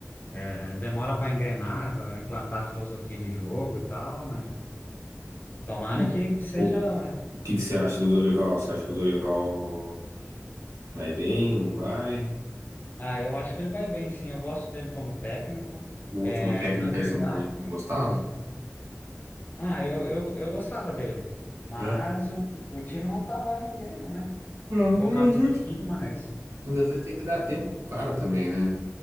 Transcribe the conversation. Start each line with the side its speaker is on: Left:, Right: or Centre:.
Left: É, demora para engrenar, pra implantar a filosofia de jogo e tal, mas tomara
Right: E
Left: que, que seja.
Right: o, o que que você acha do Dorival? Você acha que o Dorival vai bem, não vai?
Left: Ah, eu acho que ele vai bem, sim. Eu gosto dele como técnico.
Right: O
Left: É,
Right: último técnico
Left: na verdade,
Right: aí você não, gos- não gostava?
Left: ah, eu, eu, eu gostava dele, mas
Right: É.
Left: o, o time não estava rendendo, né?
Right: Não,
Left: Ficou campeão
Right: às vezes
Left: e tudo mais.
Right: Mas às vezes tem que dar tempo pro cara também, né?